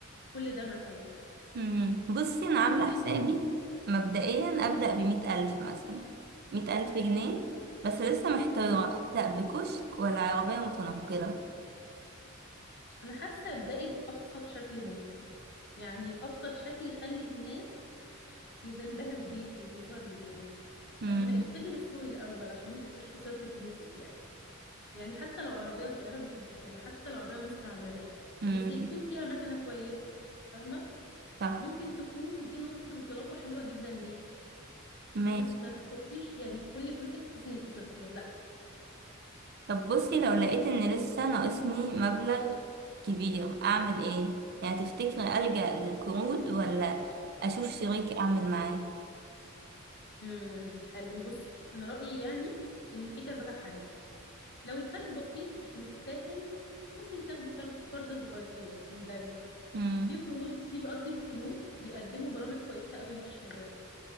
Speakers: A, on the left; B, on the right.
A: كل ده مثلا
B: مم. بصي أنا عاملة حسابي مبدئيا أبدأ بمية ألف مثلا مية ألف جنيه بس لسه محتارة
A: امم
B: أبدأ بكشك ولا عربية متنقلة
A: أنا حاسة ابدأي بأبسط شكل ممكن يعني بأبسط شكل يخلي الناس ينبهروا بيكي ويظهر للناس
B: مم.
A: فاهمة اختبري السوق الأول عشان ما تبقيش خسرتي فلوسك يعني يعني حتى لو عربية صغيرة مش مشكلة حتى لو عربية مستعملة
B: مم.
A: بس يكون فيها مكنة كويسة فاهمة
B: صح
A: ممكن تكون دي نقطة انطلاقة حلوة جدا ليكي
B: ماشي.
A: ما تب... ما تحطيش يعني كل فلوسك تحسي انك خسرتيها لا
B: طب بصي لو لقيت ان لسه ناقصني مبلغ كبير اعمل ايه يعني تفتكري ألجأ للقروض ولا اشوف شريك اعمل معاه
A: امم حلو بصي انا رأيي يعني ان في كذا حل لو الفرق بسيط مش مستاهل ممكن تاخدي كارد كارد صغير من البنك
B: مم.
A: في قروض في قصدي بنوك بيقدموا برامج كويسة قوي للشباب